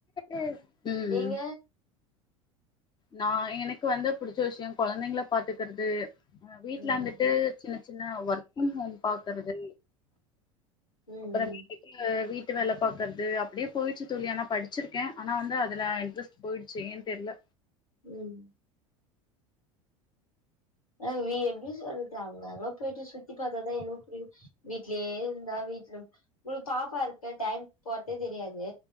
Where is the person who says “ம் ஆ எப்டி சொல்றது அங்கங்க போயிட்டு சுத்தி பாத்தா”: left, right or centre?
Left